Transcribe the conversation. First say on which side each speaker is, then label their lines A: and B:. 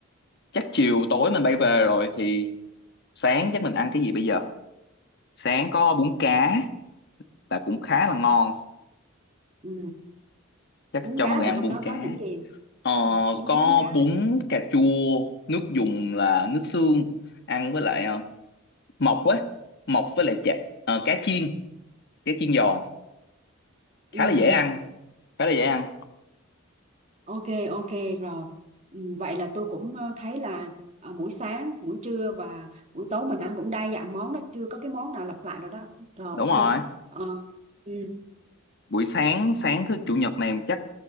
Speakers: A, on the left (about 55°); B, on the right (about 35°).
A: chắc chiều tối mình bay về rồi thì sáng chắc mình ăn cái gì bây giờ sáng có bún cá là cũng khá là ngon
B: Ừ.
A: chắc
B: Bún
A: cho
B: cá
A: mọi người
B: là
A: ăn
B: trong
A: bún
B: đó
A: cá
B: có những gì?
A: ờ,
B: À, Đúng
A: có
B: bún cá.
A: bún cà chua nước dùng là nước xương ăn với lại ờ, mọc ấy mọc với lại chả, ờ, cá chiên cá chiên giòn khá
B: Ừ.
A: là dễ ăn khá là dễ ăn
B: Ok, ok rồi. Ừ, Vậy là tôi cũng ờ, thấy là ờ, buổi sáng, buổi trưa và buổi tối mình ăn cũng đa dạng món đó, chưa có cái món nào lặp lại rồi đó. Rồi
A: đúng
B: ok.
A: rồi
B: Ờ, ừ,
A: buổi sáng sáng thứ chủ nhật này chắc